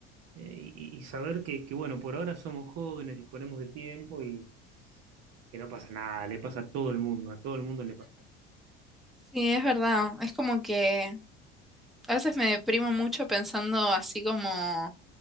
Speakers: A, on the right; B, in the centre.
A: eh, y- y saber que, que, bueno, por ahora somos jóvenes, disponemos de tiempo y que no pasa nada, le pasa a todo el mundo, a todo el mundo le pasa.
B: sí, es verdad. Es como que a veces me deprimo mucho pensando así como